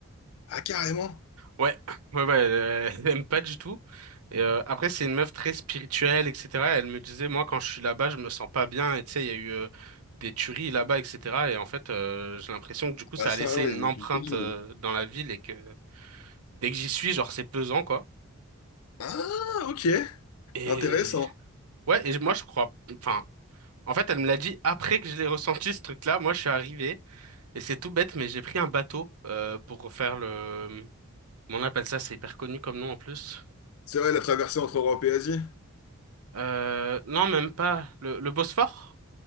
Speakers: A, on the left; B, on the right.
A: Ah, carrément.
B: Ouais, <laughs> ouais, ouais, elle, elle aime pas du tout. Et euh, après, c'est une meuf très spirituelle, etc. Elle me disait, moi, quand je suis là-bas, je me sens pas bien. Et tu sais, il y a eu euh, des tueries là-bas, etc. Et en fait, euh, j'ai l'impression que du coup, ça
A: Ah, ça,
B: a laissé
A: ouais,
B: une
A: il y en
B: empreinte
A: a quelques-unes.
B: euh, dans la ville et que dès que j'y suis, genre, c'est pesant, quoi.
A: Ah, ok.
B: Et
A: Intéressant.
B: ouais, et moi, je crois. Enfin. En fait, elle me l'a dit après que je l'ai ressenti, ce truc-là. Moi, je suis arrivé, et c'est tout bête, mais j'ai pris un bateau euh, pour faire le... Comment On appelle ça, c'est hyper connu comme nom en plus.
A: C'est vrai, la traversée entre Europe et Asie.
B: Euh, non, même pas. Le, le Bosphore?